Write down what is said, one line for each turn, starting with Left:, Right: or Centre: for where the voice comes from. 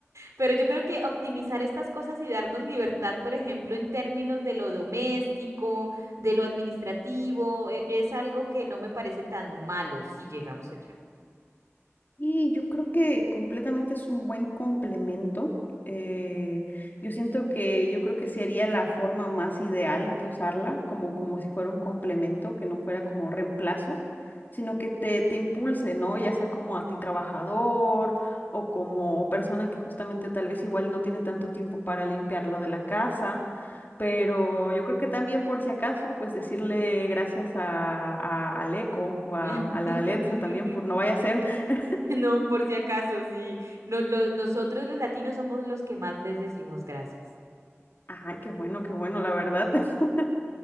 Right: Pero yo creo que optimizar estas cosas y darnos libertad, por ejemplo, en términos de lo doméstico, de lo administrativo, e- es algo que no me parece tan malo si llegamos allá.
Left: Y yo creo que completamente es un buen complemento. eh, yo siento que yo creo que sería la forma más ideal de usarla, como, como si fuera un complemento, que no fuera como reemplazo, sino que te, te impulse, ¿no? Ya sea como a ti trabajador o como persona que justamente tal vez igual no tiene tanto tiempo para limpiar lo de la casa
Right: Ujú.
Left: Pero yo creo que también por si acaso, pues decirle gracias a, a- al eco o a,
Right: Ah,
Left: a la
Right: <laughs>
Left: Alexa también por no vaya a ser,
Right: vale.
Left: <laughs>
Right: No, por si acaso, sí. No, lo- nosotros los latinos somos los que más les decimos gracias.
Left: ay, qué bueno, qué bueno, la verdad. <laughs>